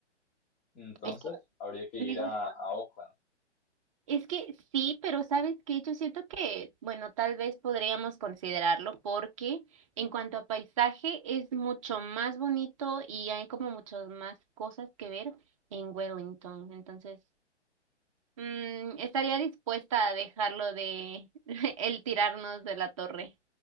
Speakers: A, on the left (about 20°); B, on the right (about 25°).
A: Entonces,
B: Es que
A: habría que ir
B: me gusta.
A: a, a Oakland.
B: Es que sí, pero sabes que yo siento que, bueno, tal vez podríamos considerarlo porque en cuanto a paisaje es mucho más bonito y hay como muchas más cosas que ver en Wellington. Entonces, mm, estaría dispuesta a dejarlo de <laughs> el tirarnos de la torre.